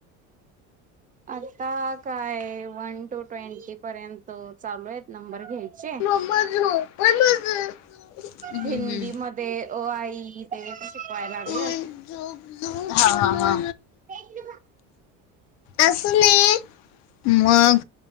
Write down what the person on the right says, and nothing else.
आता काय वन, टू ट्वेंटी पर्यंत चालू आहेत नंबर घ्यायचे.
हिंदी मध्ये अ, आ, ई ते तर शिकवाय लागलंत.
<inaudible>